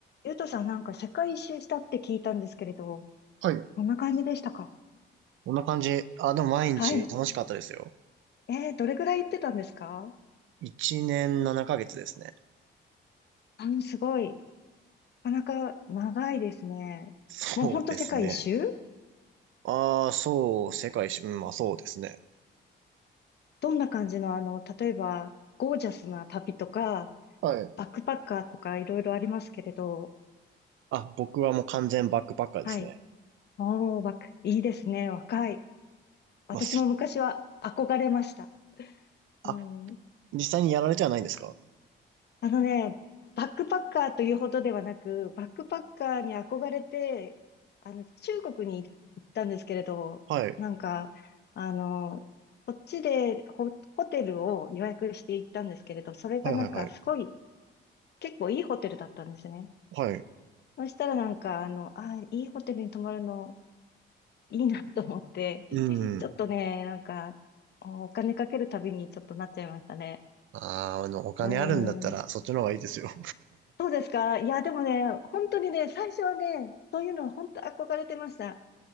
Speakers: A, on the left; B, on the right.
A: ゆうとさんなんか世界一周したって聞いたんですけれど、
B: はい。
A: こんな感じでしたか
B: こんな感じ。あ、でも毎日楽しかったですよ。
A: はい。えー、どれぐらい行ってたんですか
B: 1年7ヶ月ですね。
A: あの、すごい。なかなか長いですね。
B: そうですね。
A: もうほんと世界一周
B: ああ、そう、世界一周、うん、まあそうですね。
A: どんな感じの、あの、例えば、ゴージャスな旅とか、
B: はい。
A: バックパッカーとかいろいろありますけれど、
B: あ、僕はもう完全バックパッカーですね。
A: はい。おー、バック、いいですね。若い。私も昔は憧れました。
B: まあ、すあ、
A: うん。
B: 実際にやられてはないんですか
A: あのね、バックパッカーというほどではなく、バックパッカーに憧れて、あの、中国に行ったんですけれど、
B: はい。
A: なんか、あの、こっちでホ、ホテルを予約して行ったんですけれど、それがなんかすごい、
B: はいはいはい。
A: 結構いいホテルだったんですね。
B: はい。
A: そしたらなんか、あの、あ、いいホテルに泊まるのいいなと思って、<laughs>
B: うん。
A: ちょっとね、なんか、お金かけるたびにちょっとなっちゃいましたね。
B: あーあの、お金あるんだったら、
A: うーん。
B: そっちの方がいいですよ。
A: そうですか。いや、でもね、本当にね、最初はね、そういうのは本当憧れてました。